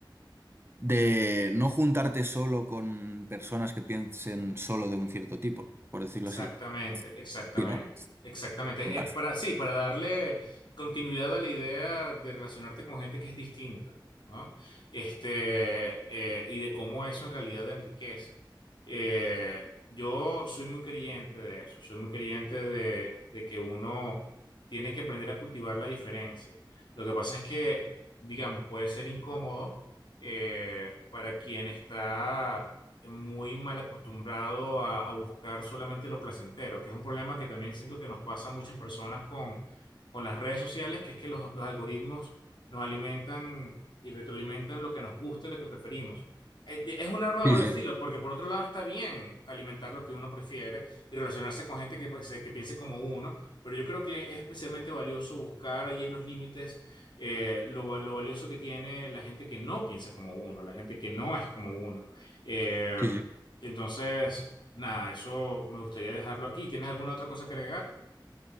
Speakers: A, on the right; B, on the left.
A: de no juntarte solo con personas que piensen solo de un cierto tipo, por decirlo
B: Exactamente,
A: así.
B: exactamente,
A: ¿Sí, no?
B: exactamente.
A: Vale.
B: Es para, sí, para darle continuidad a la idea de relacionarte con gente que es distinta, ¿no? Este, eh, y de cómo eso en realidad enriquece. Eh, yo soy muy creyente de eso, soy muy creyente de, de que uno tiene que aprender a cultivar la diferencia. Lo que pasa es que, digamos, puede ser incómodo eh, para quien está muy mal acostumbrado a, a buscar solamente lo placentero, que es un problema que también siento que nos pasa a muchas personas con, con las redes sociales, que es que los, los algoritmos nos alimentan y retroalimentan lo que nos gusta y lo que preferimos. Es, de- es un arma de
A: Sí,
B: doble
A: sí,
B: filo, porque por otro lado está bien alimentar lo que uno prefiere y relacionarse con gente que, pues, que piense como uno, pero yo creo que es especialmente valioso buscar allí en los límites eh, lo, lo valioso que tiene la gente que no piensa como uno, la gente que no es como uno. Eh,
A: sí, sí.
B: entonces, nada, eso me gustaría dejarlo aquí. ¿Tienes alguna otra cosa que agregar?